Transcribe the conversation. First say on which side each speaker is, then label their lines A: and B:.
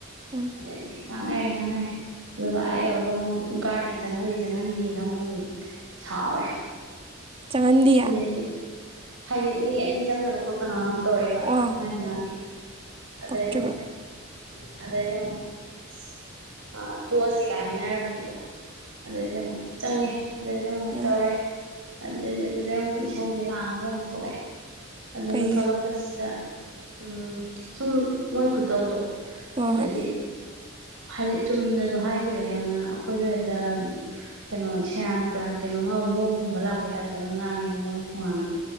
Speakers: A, on the right; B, on the right.
A: ꯎꯝ
B: ꯑꯗꯩꯩꯗꯤ ꯉꯥꯡꯅꯔꯦ ꯉꯥꯡꯅꯔꯦ ꯑꯗꯨꯒ ꯍꯥꯏꯌꯣ ꯑꯗꯨꯒ ꯑꯃꯨꯛ ꯒꯥꯔꯗꯅ ꯆꯪꯍꯜꯂꯤ ꯆꯪꯍꯟꯗꯦꯅ ꯑꯃꯨꯛ ꯁꯥꯎꯔꯦ
A: ꯆꯪꯍꯟꯗꯤꯌꯦ
B: ꯑꯗꯩꯗꯤ ꯍꯥꯏꯗꯤ ꯃꯤ ꯑꯅꯤ ꯆꯪꯒꯅꯣ ꯈꯣꯠꯀꯅꯣꯅ ꯑꯃꯝ ꯇꯧꯔꯛꯏꯕ
A: ꯑꯣ
B: ꯃꯣꯏ ꯍꯧꯅꯥꯕꯤ ꯑꯗꯩꯗꯤ
A: ꯄꯛꯇ꯭ꯔꯤꯕ
B: ꯑꯃꯨꯛ꯫ ꯎꯝ ꯑꯗꯩꯗꯤ ꯑꯃꯨꯛ ꯑꯁ ꯑꯥ ꯇꯣꯛꯑꯁꯒꯥꯏ ꯍꯥꯏꯅꯔꯕꯅꯦꯕ꯫ ꯑꯗꯩꯗꯤ ꯑꯃꯨꯛ ꯆꯪꯉꯦ ꯑꯗꯩꯗꯤ ꯑꯃꯨꯛ
A: ꯎꯝ
B: ꯇꯧꯔꯦ꯫ ꯑꯗꯩꯗꯤ ꯑꯗꯨꯗꯩ ꯑꯃꯨꯛ ꯏꯁꯧꯁꯦ ꯂꯥꯡꯉꯒ ꯑꯃꯨꯛ ꯊꯣꯛꯂꯛꯑꯦ ꯑꯗꯨꯒ
A: ꯀꯩꯒꯤ
B: ꯊꯣꯛꯂꯛꯄꯁꯤꯗ꯫ ꯎꯝ ꯁꯨꯝ ꯃꯣꯏ ꯈꯨꯠꯇꯧꯗꯣ
A: ꯍꯣꯏ
B: ꯑꯗꯩꯗꯤ꯫
A: ꯍꯣꯏ
B: ꯍꯥꯏꯗꯤ ꯆꯨꯝꯅꯁꯨ ꯍꯥꯏꯗꯦꯕ ꯌꯥꯝꯅ ꯑꯩꯈꯣꯏꯗꯣ ꯍꯦꯛꯇ ꯀꯩꯅꯣ ꯁꯦꯔꯥꯟ ꯇꯨꯔꯥꯟ ꯀꯩꯅꯣꯃ꯫ ꯕꯣꯝ ꯐꯝꯕ ꯂꯛ ꯄꯥ ꯇꯥꯏꯄ ꯇꯥꯒ ꯉꯥꯡꯉꯦꯕ ꯃꯣꯏ ꯈꯣꯡꯉꯥꯡꯗꯣ